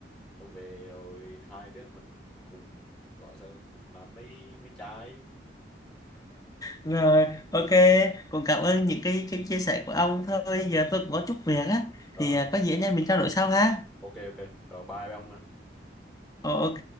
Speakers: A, in the centre; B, on the left.
A: tôi về rồi hai đứa mình cùng gọi sao cùng làm mấy mấy trái
B: rồi ok cũng cảm ơn những cái cái chia sẻ của ông thôi giờ tôi cũng có chút việc á
A: ờ
B: thì à, có gì anh em mình trao đổi sau ha
A: ok ok rồi bye ông ạ.
B: Ờ, ok